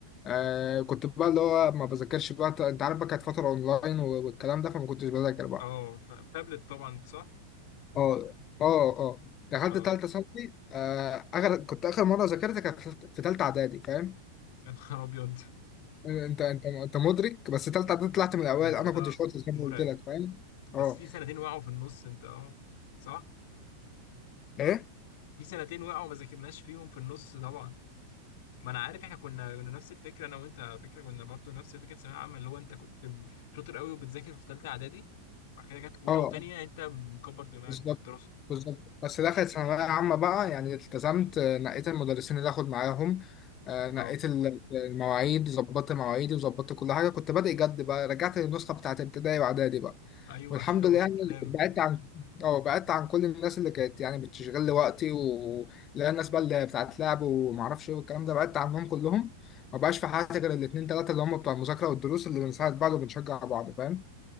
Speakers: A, on the left (about 30°); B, on the left (about 50°).
A: آه كنت بقى اللي هو ما بذاكرش بقى انت عارف بقى كانت فتره اونلاين و- والكلام ده فما كنتش بذاكر بقى
B: اه فتابلت طبعا صح؟
A: اه اه اه دخلت
B: اه
A: ثالثه ثانوي آه اخر كنت اخر مره ذاكرت كانت في ثالثه اعدادي فاهم
B: <laughs> يا نهار ابيض <laughs>
A: انت انت انت مدرك بس ثالثه اعدادي طلعت من الاوائل
B: الموضوع
A: انا كنت شاطر زي
B: مرعب
A: ما قلت لك فاهم
B: بس
A: اه
B: في سنتين وقعوا في النص انت اه صح؟
A: ايه
B: في سنتين وقعوا ما ذاكرناش فيهم في النص طبعا ما انا عارف احنا كنا كنا نفس الفكره انا وانت على فكره كنا برضو نفس فكره ثانويه عامه اللي هو انت كنت م- شاطر قوي وبتذاكر في ثالثه اعدادي بعد كده جت اولى
A: اه
B: وثانيه انت مكبر دماغك
A: بالظبط
B: من الدراسه
A: بالظبط بس دخلت ثانوية عامة بقى يعني التزمت آه، نقيت المدرسين اللي آخد معاهم آه، نقيت
B: اه
A: ال- المواعيد ظبطت مواعيدي وظبطت كل حاجة كنت بادئ جد بقى رجعت للنسخة بتاعت ابتدائي وإعدادي بقى
B: ايوه
A: والحمد
B: <laughs> هو
A: لله
B: ده
A: يعني
B: الكلام
A: بعدت عن أو بعدت عن كل الناس اللي كانت يعني بتشغل لي وقتي و لا الناس بقى اللي بتاعت لعب ومعرفش إيه والكلام ده بعدت عنهم كلهم ما بقاش في حياتي غير الاتنين تلاتة اللي هم بتوع المذاكرة والدروس اللي بنساعد بعض وبنشجع بعض فاهم